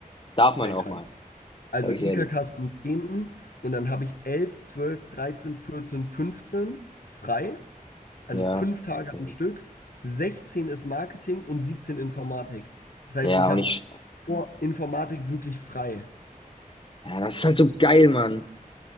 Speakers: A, on the left; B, on the left.
A: darf
B: Sehr
A: man auch
B: krank.
A: mal.
B: Also
A: Sag ich
B: IKK
A: ehrlich.
B: ist am zehnten und dann habe ich 11 12 13 14 15 frei. Also
A: Ja.
B: fünf Tage
A: Ja,
B: am Stück, 16 ist Marketing und 17 Informatik. Das heißt,
A: Ja,
B: ich habe
A: und ich,
B: vor Informatik wirklich frei.
A: ja, das ist halt so geil, Mann.